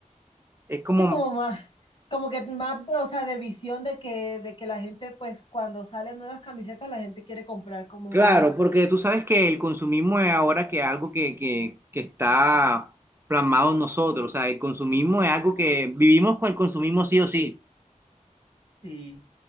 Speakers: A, on the right; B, on the left.
A: es como,
B: sí, como más, como que más, o sea, de visión de que, de que la gente, pues, cuando salen nuevas camisetas, la gente quiere comprar como
A: claro,
B: más.
A: porque tú sabes que el consumismo es ahora que algo que, que, que está plasmado en nosotros. O sea, el consumismo es algo que vivimos con el consumismo sí o sí,
B: Sí,